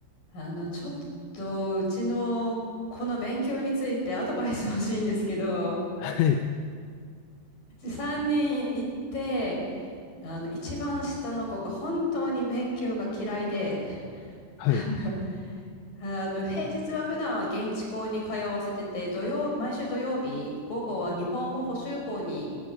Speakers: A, on the left (about 45°); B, on the left (about 75°).
A: あの、ちょっと、うちの、この勉強について <laughs> アドバイス欲しいんですけど、
B: はい。
A: 3人行って、あの、一番下の子が本当に勉強が嫌いで、
B: はい。
A: <laughs> あの、平日は普段は現地校に通わせてて、土曜、毎週土曜日、午後は日本語補習校に